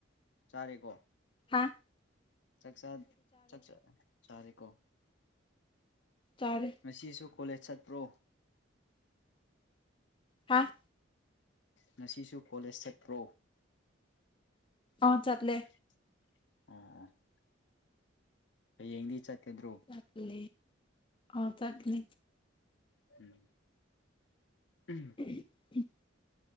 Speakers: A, on the left (about 65°); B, on the left (about 25°).
A: ꯆꯥꯔꯦꯀꯣ
B: ꯍꯥꯥ
A: ꯆꯥꯛꯆꯥ ꯆꯥꯛꯆꯥ ꯆꯥꯔꯦꯀꯣ
B: ꯆꯥꯔꯦ
A: ꯉꯁꯤꯁꯨ ꯀꯣꯂꯦꯖ ꯆꯠꯄ꯭ꯔꯣ
B: ꯍꯥꯥ
A: ꯉꯁꯤꯁꯨ ꯀꯣꯂꯦꯖ ꯆꯠꯄ꯭ꯔꯣ
B: ꯑꯥ ꯆꯠꯂꯦ
A: ꯑꯣꯡ ꯑꫭꯡ ꯍꯌꯦꯡꯗꯤ ꯆꯠꯀꯗ꯭ꯔꯣ
B: ꯇꯠꯂꯦ ꯑꯣ ꯆꯠꯀꯅꯤ
A: ꯎꯝ ꯎꯝ꯫
B: <inaudible>